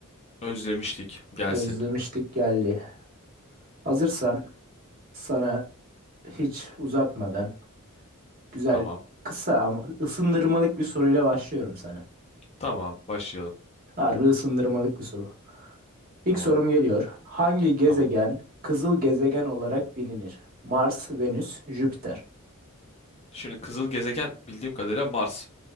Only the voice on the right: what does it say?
Özlemiştik geldi. Hazırsan sana hiç uzatmadan güzel
kısa ama ısındırmalık bir soruyla başlıyorum sana.
Harbi ısındırmalık bir soru. İlk
sorum geliyor. Hangi gezegen
kızıl gezegen olarak bilinir? Mars, Venüs, Jüpiter.